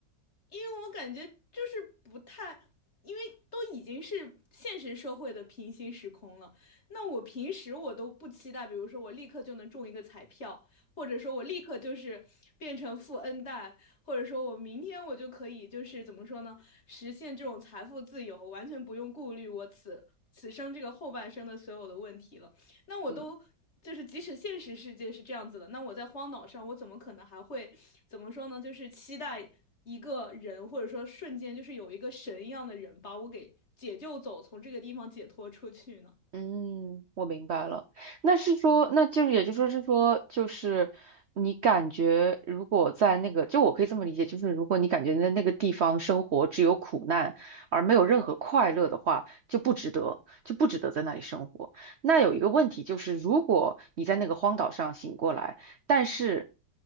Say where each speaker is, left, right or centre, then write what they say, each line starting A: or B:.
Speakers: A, on the left; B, on the right.
A: 因为我感觉就是不太，因为都已经是现实社会的平行时空了。那我平时我都不期待，比如说我立刻就能中一个彩票，或者说我立刻就是变成富 N 代，或者说我明天我就可以就是怎么说呢，实现这种财富自由，完全不用顾虑我此此生这个后半生的所有的问题了。那我都就是，
B: 嗯，
A: 即使现实世界是这样子的，那我在荒岛上，我怎么可能还会怎么说呢？就是期待一个人，或者说瞬间就是有一个神一样的人把我给解救走，从这个地方解脱出去呢？
B: 嗯，我明白了。那是说，那就是也就说是说，就是你感觉如果在那个，就我可以这么理解，就是如果你感觉在那个地方生活只有苦难而没有任何快乐的话，就不值得，就不值得在那里生活。那有一个问题就是，如果你在那个荒岛上醒过来，但是